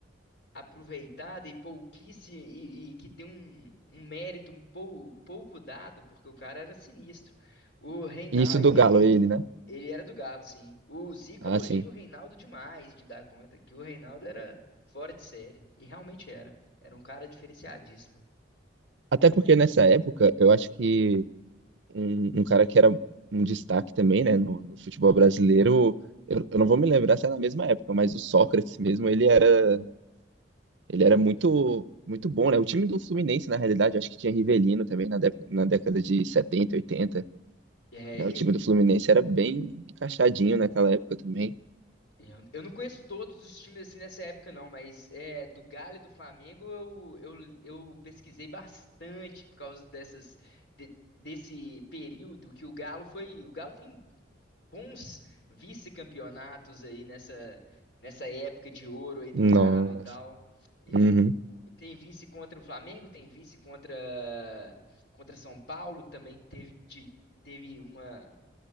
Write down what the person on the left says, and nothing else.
aproveitada e pouquíssimo e, e que tem um, um mérito um pou- pouco dado, porque o cara era sinistro. O Reinaldo,
ele era do Galo, sim. O Zico
elogia
o Reinaldo demais de dar conta que o Reinaldo era fora de série e realmente era. Era um cara diferenciadíssimo.
É,
Eu, eu não conheço todos os times assim nessa época, não, mas é, do Galo e do Flamengo eu, eu, eu pesquisei bastante por causa dessas, de- desse período que o Galo foi. O Galo tem bons vice-campeonatos aí nessa, nessa época de ouro aí do
Galo e tal. E
tem vice contra o Flamengo, tem vice contra, contra São Paulo, que também teve, te- teve uma